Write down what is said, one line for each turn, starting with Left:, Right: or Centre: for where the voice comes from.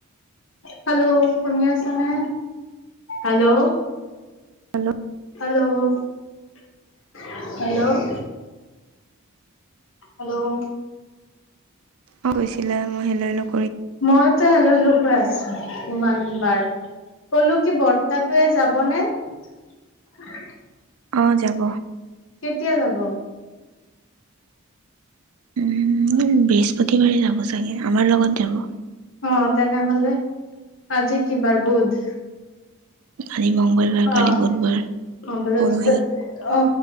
Left: হেল্ল' শুনি আছ নে hello,
Right: hello.
Left: Hello, ' hello hello,
Right: অ গৈছিলা। <unintelligible>
Left: মইতে হেল্ল, হেল্ল, আছো ইমান বাৰ কলো কি বৰ্তাতয়ে যাব নে <unintelligible>
Right: অহ, যাব।
Left: কেতিয়া যাব।
Right: উম, বৃহস্পতিবাৰে যাব চাগে, আমাৰ লগত যাব।
Left: অ তেনেহলে, আজি কি বাৰ বুধ।
Right: আজি মংগলবাৰ
Left: অ,
Right: কালি বুধবাৰ
Left: অহ, বৃহস্পতি
Right: পৰহি
Left: অ,